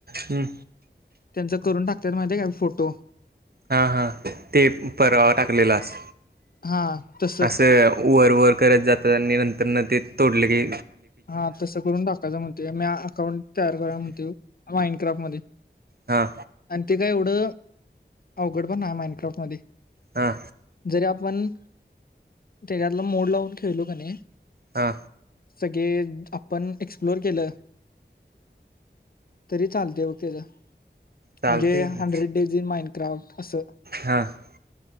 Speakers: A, on the right; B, on the left.
A: हम्म
B: त्यांचा करून टाकत्यात माहिती आहे काय फोटो.
A: हा हा ते परवा टाकलेलास.
B: हा तसं
A: असं वर वर करत जातांनी नंतर ने ते तोडले के
B: हा तसं करून टाकायच म्हणतोय मी अकाउंट तयार करूया म्हणतोय माइंडक्राफ्ट मध्ये
A: हां
B: आणि ते काय एवढं अवघड नाय पण माइंडक्राफ्ट मध्ये
A: हां
B: जरी आपण त्याच्यातलं मोड लावून खेळलो क नाही
A: हा.
B: सगळे आपण एक्सप्लोर केलं तरी चालतय. त्याचा
A: चालते
B: म्हणजे
A: की
B: hundred days in Minecraft असं
A: हां ते